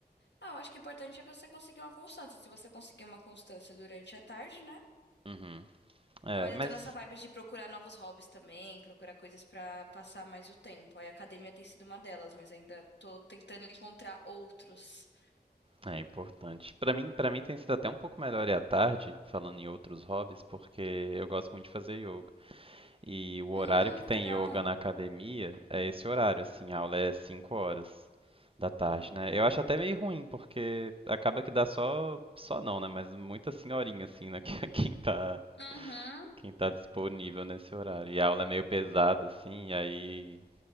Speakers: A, on the left (about 90°); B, on the right (about 30°).
A: ah, eu acho que o importante é você conseguir uma constância. Se você conseguir uma constância durante a tarde, né?
B: uhum. É,
A: Ah, mas
B: mas.
A: eu tô nessa vibe de procurar novos hobbies também, procurar coisas pra passar mais o tempo. Aí a academia tem sido uma delas, mas ainda tô tentando encontrar outros.
B: É importante. Pra mim, para mim tem sido até um pouco melhor ir à tarde, falando em outros hobbies, porque eu gosto muito de fazer yoga. E o horário
A: Hum,
B: que
A: que
B: tem
A: legal.
B: yoga na academia é esse horário, assim, a aula é 5 horas da tarde, né? Eu acho até meio ruim, porque acaba que dá só, só não, né? Mas muita senhorinha, assim, né? <laughs> Que- Quem tá,
A: Uhum,
B: quem tá disponível nesse horário. E a aula é meio pesada, assim, e aí,